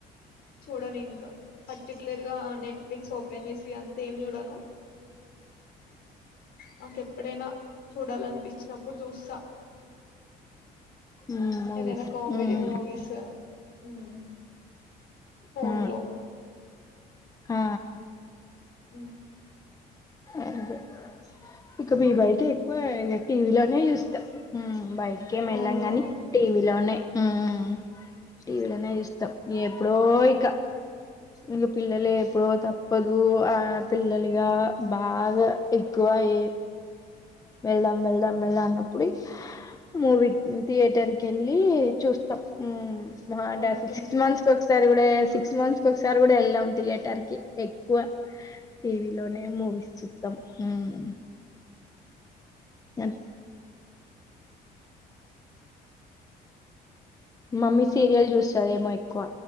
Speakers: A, on the left; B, on the left.
A: చూడను ఇంకా పర్టికులర్ గా నెట్ఫ్లిక్స్ ఓపెన్ చేసి అంత ఏం చూడాను నాకు ఎప్పుడైనా చూడాలనిపిస్ అప్పుడు చూస్తా
B: ఉమ్ మూవీస్
A: ఏదైనా కామెడీ
B: ఉమ్
A: మూవీస్ హ్మ్ ఫోన్
B: ఆ
A: లో
B: ఆ
A: హ్మ్
B: అది ఇక మీ బైతే ఎక్కువ ఇగా టీవీలోనే చూస్తారు బయటికేం
A: అవునవును
B: వెళ్ళం కాని టీవీలోనే మ్మ్ టీవీలనే చూస్తాం ఎప్పుడో ఇక్క ఇక పిల్లలే ఎప్పుడో తప్పదు లు అ పిలలు ఇగ బాగా ఎక్కువ అయ వెళ్దాం వెళ్దాం వెల్దన్న ఇప్పుడి మూవీ థియేటర్కెళ్ళి చూస్తాం. మా అంటే
A: ఓకే
B: ఆ సిక్స్ మంత్స్ ఒకసారి గుడా సిక్స్ మంత్స్కొకసారి కూడా ఎళ్ళాం థియేటర్కి ఎక్కువ టీవీ లోనే మూవీ చూస్తాం. మ్ అ మమ్మీ సీరియల్ చూస్తాదేమో ఎక్కువ